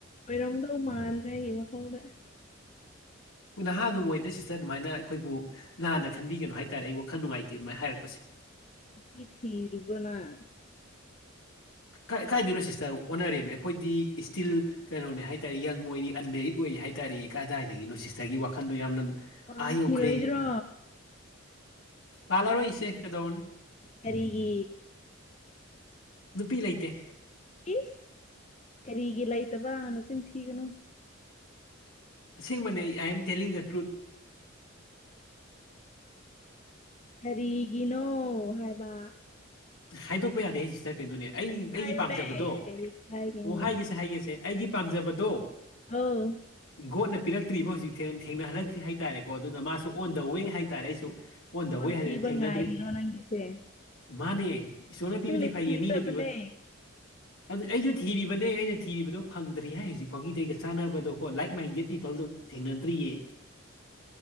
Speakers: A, on the left (about 35°); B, on the left (about 75°).
A: ꯑꯣꯏꯔꯝꯗꯧ ꯃꯥꯥꯜꯂꯦ ꯑꯩꯒꯤ ꯋꯥꯈꯜꯗ
B: ꯍꯣꯏ ꯅꯍꯥ ꯑꯗꯨꯝ ꯑꯣꯏꯗ ꯁꯤꯁꯇꯔ ꯑꯗꯨꯃꯥꯏꯅ ꯑꯩꯈꯣꯏꯕꯨ ꯂꯥꯟꯅ ꯈꯟꯕꯤꯒꯅꯨ ꯍꯥꯏꯇꯥꯔꯦ ꯑꯩ ꯋꯥꯈꯜ ꯅꯨꯡꯉꯥꯏꯇꯦ ꯑꯗꯨꯃꯥꯏꯅ ꯍꯥꯏꯔꯛꯄꯁꯦ
A: ꯅꯨꯄꯤ ꯊꯤꯔꯤꯕꯣꯅꯪ
B: ꯀ ꯀꯥꯏꯗꯩꯅꯣ ꯁꯤꯁꯇꯔ ꯑꯣꯟꯅꯔꯦꯝꯃꯦ ꯑꯩꯈꯣꯏꯗꯤ ꯁ꯭ꯇꯤꯜ ꯀꯩꯅꯣꯅꯦ ꯍꯥꯏꯇꯥꯥꯔꯦ ꯌꯪ ꯑꯣꯏꯔꯤ ꯑꯟꯃꯦꯔꯤꯠ ꯑꯣꯏꯔꯤ ꯍꯥꯏ ꯇꯥꯔꯦ ꯀꯗꯥꯏꯗꯒꯤꯅꯣ ꯁꯤꯁꯇꯔꯒꯤ ꯋꯥꯈꯟꯗꯣ ꯌꯥꯝꯅ
A: ꯄꯥꯟꯈꯤꯔꯣꯏꯗ꯭ꯔꯣ
B: ꯑ ꯌꯧꯈ꯭ꯔꯦ ꯄꯥꯜꯂꯔꯣꯏ ꯏꯆꯦ ꯀꯗꯧꯅꯤ
A: ꯀꯔꯤꯒꯤ
B: ꯅꯨꯄꯤ ꯂꯩꯇꯦ
A: ꯏꯁ ꯀꯔꯤꯒꯤ ꯂꯩꯇꯕ ꯅꯆꯤꯟ ꯊꯤꯒꯅꯨ
B: ꯑꯁꯦꯡꯕꯅꯦ I am telling the truth
A: ꯀꯔꯤꯒꯤꯅꯣ ꯍꯥꯏꯕ
B: ꯍꯥꯏꯗꯣꯛꯄ ꯌꯥꯗꯦꯍꯦ ꯁꯤꯁꯇꯔ ꯀꯩꯅꯣꯅꯦ ꯑꯩ ꯑꯩꯒꯤ
A: ꯍꯥꯏꯌꯨꯅꯦ
B: ꯄꯥꯝꯖꯕꯗꯣ
A: ꯀꯩ ꯍꯥꯏꯒꯅꯤ
B: ꯑꯣ ꯍꯥꯏꯒꯦꯁꯦ ꯍꯥꯏꯒꯦꯁꯦ ꯑꯩꯒꯤ ꯄꯥꯝꯖꯕꯗꯣ
A: ꯑꯥꯎ
B: ꯒꯣꯠꯅ ꯄꯤꯔꯛꯇ꯭ꯔꯤꯕ ꯍꯧꯖꯤꯛ ꯊꯦꯡꯅꯍꯜꯂꯛꯇ꯭ꯔꯤ ꯍꯥꯏꯇꯥꯔꯦꯀꯣ ꯑꯗꯨꯅ ꯃꯥꯁꯨ ꯑꯣꯟ ꯗ ꯋꯦ ꯍꯥꯏꯇꯥꯔꯦ ꯑꯩꯁꯨ ꯑꯣꯟ
A: ꯏꯁꯣꯔꯅ
B: ꯗ ꯋꯦ ꯍꯥꯏꯗꯅ
A: ꯄꯤꯕ
B: ꯊꯦꯡꯅꯗ꯭ꯔꯤ
A: ꯉꯥꯏꯔꯤꯔꯣ ꯅꯪꯒꯤꯁꯦ
B: ꯃꯥꯅꯦ ꯏꯁꯣꯔꯅ ꯄꯤꯕꯗꯤ
A: ꯅꯪꯅ
B: ꯐꯥꯏꯌꯦ
A: ꯊꯤꯒꯗꯕꯅꯦ
B: ꯃꯤꯅ ꯄꯤꯕ ꯑꯗꯨ ꯑꯩꯁꯨ ꯊꯤꯔꯤꯕꯅꯦ ꯑꯩꯅ ꯊꯤꯔꯤꯕꯗꯣ ꯐꯪꯗ꯭ꯔꯤ ꯍꯥꯏ ꯍꯧꯖꯤꯛꯐꯥꯎꯒꯤꯗꯤ ꯑꯩꯒ ꯆꯥꯅꯕꯗꯣꯀꯣ ꯂꯥꯏꯛ ꯃꯥꯏꯟꯗꯦꯠ ꯄꯤꯄꯜꯗꯣ ꯊꯦꯡꯅꯗ꯭ꯔꯤꯌꯦ